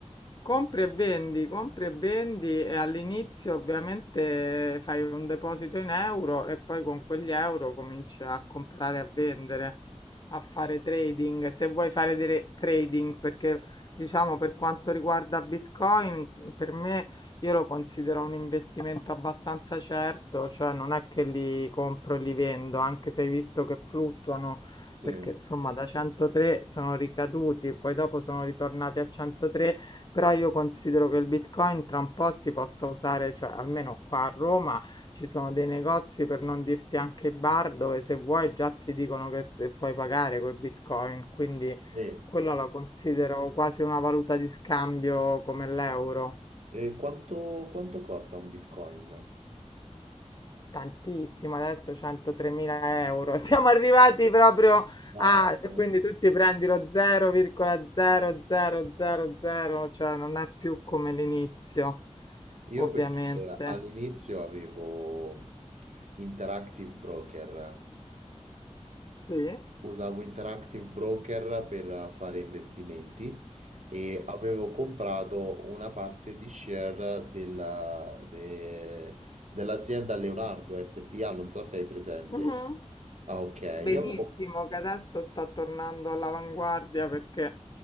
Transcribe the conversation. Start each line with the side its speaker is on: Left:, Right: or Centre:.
Left: Compri e vendi, compri e vendi e all'inizio ovviamente fai un deposito in euro e poi con quegli euro cominci a comprare e a vendere, a fare trading. Se vuoi fare dire- trading, perché diciamo per quanto riguarda Bitcoin, per me io lo considero un investimento abbastanza certo, cioè non è che li compro e li vendo, anche se hai visto che fluttuano
Right: sì.
Left: perché insomma da 103 sono ricaduti, poi dopo sono ritornati a 103 però io considero che il Bitcoin tra un po' si possa usare, cioè almeno qua a Roma ci sono dei negozi per non dirti anche i bar dove se vuoi già ti dicono che se puoi pagare con Bitcoin, quindi
Right: E-
Left: quella la considero quasi una valuta di scambio come l'euro.
Right: E quanto, quanto costa un Bitcoin?
Left: Tantissimo, adesso 103.000 euro. <laughs> Siamo arrivati proprio
Right: Ma
Left: a... e
Right: eh,
Left: Quindi tu ti prendi lo 0,0000, cioè non è più come l'inizio,
Right: io
Left: ovviamente.
Right: perché all'inizio avevo Interactive Broker,
Left: Sì.
Right: usavo Interactive Broker per fare investimenti e avevo comprato una parte di share della- de- dell'azienda Leonardo SPA, non so se hai presente.
Left: Mh-mh.
Right: Ah, ok,
Left: Benissimo,
Right: io avevo.
Left: che adesso sta tornando all'avanguardia perché